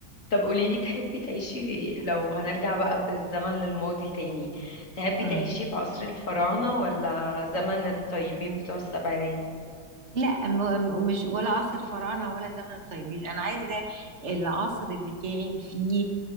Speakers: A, on the left; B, on the right.
A: طب قوليلي تحبي تعيشي لو هنرجع بقى بالزمن للماضي تاني تحبي
B: مم.
A: تعيشي في عصر الفراعنة ولا زمن الطيبين بتوع السبعينات
B: لا م- م- مش ولا عصر الفراعنة ولا زمن الطيبين أنا عايزة العصر اللي كان فيه